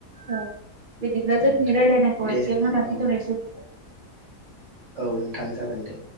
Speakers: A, on the right; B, on the right.
A: औ बेदिब्ला
B: औ
A: जों
B: नोंथां
A: रायलानायखौ
B: दे
A: एसे आवनो लाखि
B: औ
A: थनोसौ।
B: औ नोंथां जागोन दे।